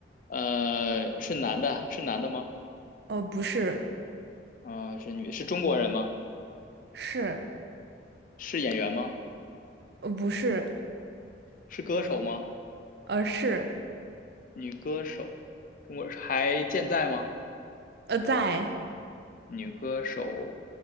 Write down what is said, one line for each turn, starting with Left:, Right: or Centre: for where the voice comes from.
Left: 呃，是男的，是男的吗？
Right: 呃，不是，
Left: 啊，是女，是中国人吗？
Right: 是，
Left: 是演员吗？
Right: 呃，不是，
Left: 是歌手吗？
Right: 呃，是，
Left: 女歌手，中国还健在吗？
Right: 呃，在。
Left: 女歌手，